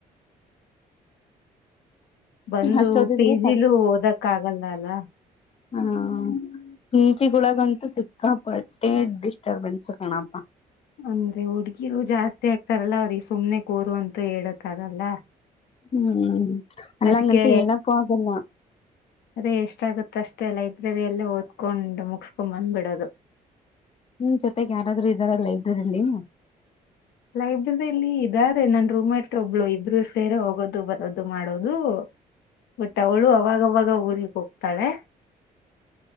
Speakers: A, on the left; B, on the left.
A: ಬಂದು
B: ಅಷ್ಟ ಓದಿದ್ರೆ
A: ಪೀಜಿಲು ಓದಕ್ ಆಗಲ್ಲ ಅಲ್ಲ.
B: ಹ್ಮ ಸಿಟಿಗಳೊಗಂತೂ ಸಿಕ್ಕಾಪಟ್ಟೆ ಡಿಸ್ಟರ್ಬೆನ್ಸ್ ಕಣಪ್ಪಾ.
A: ಅಂದ್ರೆ ಹುಡ್ಗಿರು ಜಾಸ್ತಿ ಆಗ್ತಾರಲ್ಲ ಅವ್ರಿಗೆ ಸುಮ್ನೆ ಕೂರು ಅಂತ ಹೇಳಾಕ್ ಆಗಲ್ಲ.
B: ಹ್ಮ್ ಅಲ್ಲಂಗಂತ
A: ಅದಕ್ಕೆ
B: ಹೇಳಕ್ಕೂ ಆಗಲ್ಲ
A: ಅದೇ ಎಷ್ಟಾಗುತ್ತ ಅಷ್ಟೇ ಅಲ್ಲ ಲೈಬ್ರರಿ ಅಲ್ಲೇ ಓದ್ಕೊಂಡು ಮುಗಸ್ಕೊಂಡ್ ಬಂದ್ಬಿಡದು.
B: ಹ್ಮ್ ಜೊತೆಗೆ ಯಾರಾದ್ರೂ ಇದ್ದಾರ ಲೈಬ್ರರಿಲ್ಲಿ.
A: ಲೈಬ್ರರಿಯಲ್ಲಿ ಇದಾರೆ ನನ್ ರೂಮೇಟ್ರ ಒಬ್ಳು ಇಬ್ರು ಸೇರೆ ಹೋಗೋದು ಬರೋದು ಮಾಡೋದು. ಬಟ್ ಅವಳು ಅವಾಗ ಅವಾಗ ಬೋರಿಂಗ್. ತಾಳೆ